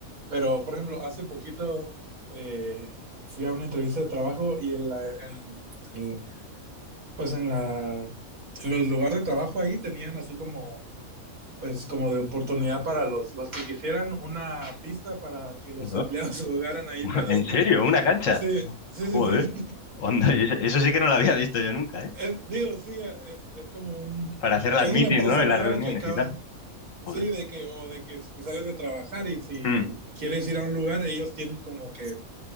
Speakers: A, on the right; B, on the left.
A: pero por ejemplo, hace poquito eh, fui a una entrevista de trabajo y en la, en- en- pues en la, en los lugares de trabajo ahí tenían así como, pues como de oportunidad para los, los que quisieran una pista para que los
B: ¿No?
A: empleados <laughs> jugaran ahí
B: <laughs>
A: padre.
B: ¿En serio? ¿Una cancha?
A: Sí, sí,
B: Joder.
A: sí, sí.
B: Onda, y eso, eso sí que no lo había visto yo nunca, ¿eh?
A: Es- digo, sí, es, es como un,
B: Para hacer las
A: es
B: meetings,
A: una empresa
B: ¿no? Y las
A: nueva
B: reuniones
A: que acaba
B: y tal. Joder.
A: Sí, de que, o de que si sales de trabajar y si
B: Mm.
A: quieres ir a un lugar, ellos tienen como que,